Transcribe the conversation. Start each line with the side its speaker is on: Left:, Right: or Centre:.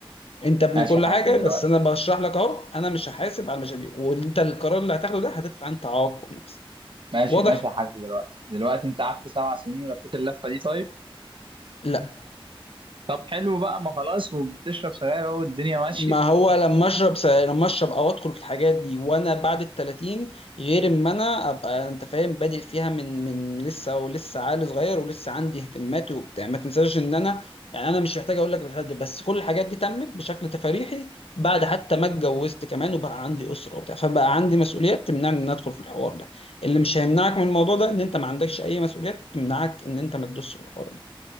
Left: انت ابني
Right: ماشي
Left: كل
Right: يا حاج
Left: حاجه
Right: دلوقتي
Left: بس انا بشرح لك اهو انا مش هحاسب على المشاريع وانت القرار اللي هتاخده ده هتدفع انت عواقبه بنفسك
Right: ماشي
Left: واضح
Right: ماشي يا حاج دلوقتي دلوقتي أنت قعدت سبع سنين ولفيت اللفة دي طيب
Left: لا
Right: طب حلو بقى ما خلاص وبتشرب سجاير أهو الدنيا ماشية
Left: ما هو لما اشرب س... لما اشرب او ادخل في الحاجات دي وانا بعد ال 30 غير اما انا ابقى انت فاهم بادئ فيها من من لسه ولسه عقل صغير ولسه عندي اهتماماتي وبتاع ما تنساش ان انا يعني انا مش محتاج اقول لك الحاجات دي بس كل الحاجات دي تمت بشكل تفريحي بعد حتى ما اتجوزت كمان وبقى عندي اسره وبتاع فبقى عندي مسؤوليات تمنعني ان أنا ادخل في الحوار ده اللي مش هيمنعك من الموضوع ده ان انت ما عندكش اي مسؤوليات تمنعك ان انت ما تدوسش في الحوار ده